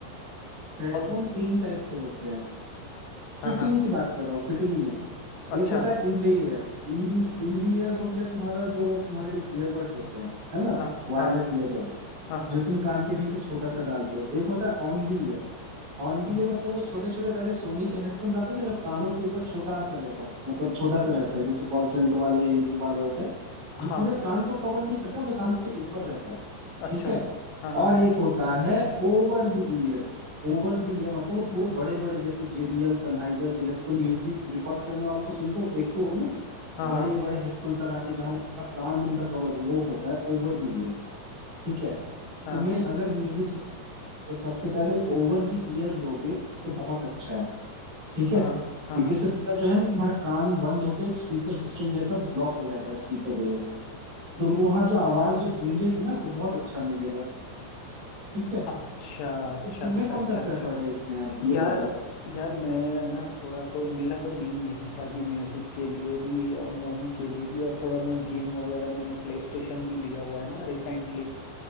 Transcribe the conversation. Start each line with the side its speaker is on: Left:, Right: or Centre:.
Right: हेडफोन
Left: और
Right: तीन टाइप के होते हैं
Left: हाँ
Right: फिटिंग
Left: हाँ
Right: की बात कर रहा हूँ फिटिंग में
Left: अच्छा
Right: एक होता है in the ear In the in the ear हो गया तुम्हारा जो तुम्हारे ईयरबड्स होते हैं है ना
Left: हाँ
Right: वायरलेस
Left: हाँ
Right: ईयरबड्स
Left: हाँ हाँ
Right: जो तुम कान के भीतर छोटा सा डालते हो एक होता है on the ear On the
Left: हाँ
Right: ear मतलब वो छोटे छोटे पहले सोनी के हेडफोन्स आते थे जो कानों के ऊपर छोटा सा रहता है, मतलब छोटा सा रहता है जैसे कॉल सेंटर वाले या इन सब वाले होते हैं
Left: अच्छा,
Right: जो
Left: हाँ,
Right: पूरे कान को कवर नहीं करता बस कान के ऊपर रहता है
Left: अच्छा
Right: ठीक है
Left: हाँ हाँ
Right: और एक होता है over the ear Over the ear मतलब वो पूरे बड़े बड़े जैसे जेबीएल सनहाइजर के जैसे तुम म्यूजिक रिकॉर्ड करने वालों को सुनते हो देखते होगे ना
Left: हाँ
Right: बड़े
Left: हाँ
Right: बड़े हेडफोन्स लगाते हैं, जहाँ वो पूरा कान उनका कवर वो होता है ओवर द ईयर ठीक है
Left: हाँ
Right: तुम्हें अगर म्यूजिक तो सबसे पहले ओवर द ईयर लोगे तो बहुत अच्छा है ठीक है
Left: हाँ
Right: स्पीकर
Left: हाँ हाँ हाँ,
Right: से पूरा जो है ना तुम्हारा कान बंद होके एक स्पीकर सिस्टम जैसा ब्लॉक हो जाता है स्पीकर के जैसा तुम्हें वहां जो आवाज जो गूंजेगी ना तो बहुत अच्छा मिलेगा ठीक है
Left: अच्छा अच्छा
Right: तो तुम्हें
Left: अच्छा
Right: कौन
Left: अच्छा
Right: सा
Left: अच्छा
Right: प्रेफर्ड है इसमें अब ये
Left: यार
Right: बताओ
Left: यार मैं ना थोड़ा तो मेरा तो मेन यही था कि म्यूजिक के लिए भी और मूवी के लिए भी और थोड़ा मैं गेम वगैरह मैंने प्ले स्टेशन भी लिया हुआ है ना रिसेंटली